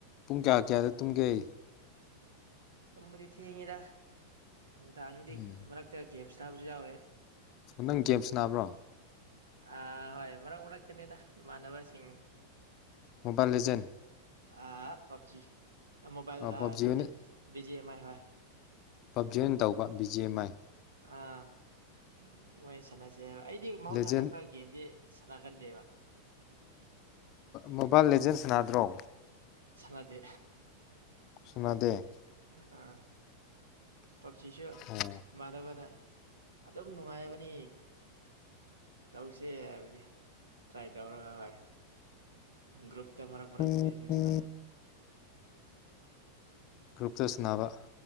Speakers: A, on the left; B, on the right.
A: ꯄꯨꯡ ꯀꯌꯥ ꯀꯌꯥꯗ ꯇꯨꯝꯒꯦ
B: ꯇꯨꯝꯕꯗꯤ ꯊꯦꯡꯉꯤꯗ ꯅꯨꯡꯗꯥꯡꯗꯤ
A: ꯎꯝ
B: ꯃꯔꯛꯇ ꯒꯦꯝ ꯁꯥꯟꯅꯕꯁꯨ ꯌꯥꯎꯋꯦ
A: ꯅꯪ ꯒꯦꯝ ꯁꯥꯟꯅꯕ꯭ꯔꯣ
B: ꯑ ꯍꯣꯏ ꯃꯔꯛ ꯃꯔꯛꯇꯅꯤꯗ ꯏꯃꯥꯟꯅꯕꯁꯤꯡ
A: ꯃꯣꯕꯥꯏꯜ ꯂꯤꯖꯦꯟ
B: ꯑ ꯄꯞꯖꯤ ꯃꯣꯕꯥꯏꯜ ꯑ
A: ꯄꯞꯖꯤ
B: ꯅꯠꯇꯦ
A: ꯑꯣꯏꯅ
B: ꯕꯤ ꯖꯤ ꯑꯦꯝ ꯥꯍꯣꯏ ꯍꯣꯏ
A: ꯄꯞꯖꯤ ꯑꯣꯏꯅ ꯇꯧꯕ ꯕꯤ ꯖꯦ ꯑꯦꯝ ꯑꯥꯏ
B: ꯑꯥ ꯁꯥꯟꯅꯁꯦꯕ ꯑꯩꯗꯤ ꯃꯍꯧꯁꯥꯅ
A: ꯂꯦꯖꯦꯟ
B: ꯈꯔ ꯒꯦꯝꯗꯤ ꯁꯅꯥꯒꯟꯗꯦꯕꯥ
A: ꯃꯣꯕꯥꯏꯜ ꯂꯤꯖꯦꯟ ꯁꯥꯟꯅꯗ꯭ꯔꯣ
B: ꯁꯥꯟꯅꯗꯦ
A: ꯁꯥꯟꯅꯗꯦ
B: ꯑꯥ ꯄꯞꯖꯤꯁꯨ
A: ꯑꯣ
B: ꯏꯃꯥꯟꯅꯕꯅ ꯑꯗꯨꯝ ꯅꯨꯡꯉꯥꯏꯕꯅꯤ ꯇꯧꯁꯦ ꯍꯥꯏꯕꯒꯤ ꯇ꯭ꯔꯥꯏ ꯇꯧꯔꯒ ꯍꯣꯏ ꯒ꯭ꯔꯨꯞ ꯃꯔꯛ ꯃꯔꯛ
A: ꯎꯝ
B: ꯇꯔꯤ ꯇꯃꯤꯁꯅ
A: ꯀꯣꯛꯆ ꯁꯟꯅꯕ